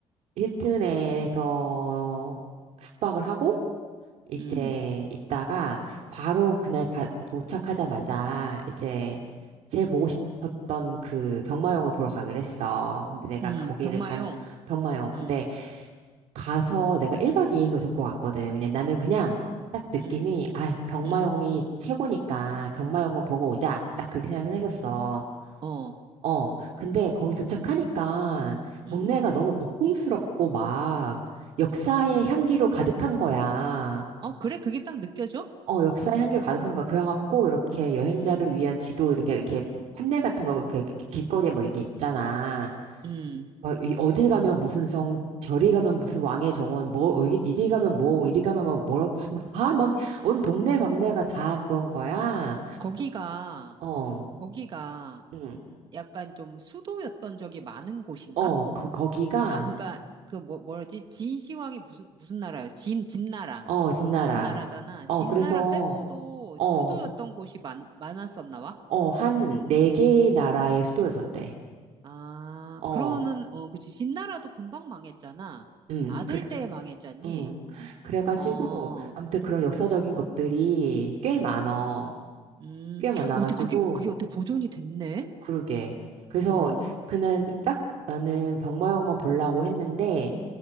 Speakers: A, on the right; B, on the right.
A: 힐튼에서 숙박을 하고 이제
B: 음,
A: 있다가 바로 그날 가, 도착하자마자 이제 제일 보고 싶었던 그 병마용을 보러 가기로 했어. 근데 내가
B: 음,
A: 거기를
B: 병마용.
A: 가는 병마용.
B: 음,
A: 근데 가서 내가 1박 2일로 잡고 갔거든. 그냥 나는 그냥 딱 느낌이
B: 음,
A: 아, 병마용이
B: 음,
A: 최고니까 병마용만 보고 오자. 딱 그렇게 생각했었어.
B: 어,
A: 어, 근데 거기 도착하니까
B: 음.
A: 동네가 너무 고풍스럽고 막 역사의 향기로 가득한 거야.
B: 어, 그래, 그게 딱 느껴져?
A: 어, 역사의 향기 가득한 가 거야. 그래갖고, 이렇게 여행자를
B: 음,
A: 위한 지도, 이렇게, 이렇게, 판넬 같은 거, 이렇게 길거리에 뭐 이렇게 있잖아.
B: 음.
A: 어, 이- 어딜 가면 무슨 성, 저리 가면 무슨 왕의 정원, 뭐, 어, 이리 이리 가면 뭐, 이리 가면 뭐, 뭐라고, 막, 막 다, 막, 온 동네 막내가 다 그건 거야.
B: 거기가,
A: 어,
B: 거기가
A: 응,
B: 약간 좀 수도였던 적이 많은 곳인가?
A: 어, 거, 거기가,
B: 아, 그러니까 그 뭐, 뭐지? 진시황이 무슨, 무슨 나라예요? 진, 진나라.
A: 어, 진나라.
B: 진나라잖아.
A: 어,
B: 진나라
A: 그래서,
B: 빼고도
A: 어,
B: 수도였던 곳이 많, 많았었나 봐?
A: 어, 한 네 개의 나라의 수도였었대.
B: 아,
A: 어,
B: 그러면은, 어, 그치. 진나라도 금방 망했잖아.
A: 음,
B: 아들
A: 그,
B: 때 망했잖니?
A: 응. 그래가지고,
B: 어.
A: 아무튼 그런 역사적인 것들이 꽤 많어.
B: 음,
A: 꽤 많아가지고,
B: 어떻게, 그게, 그게 어떻게 보존이 됐네?
A: 그러게. 그래서
B: 어.
A: 그날 딱 나는 병마용만 보려고 했는데,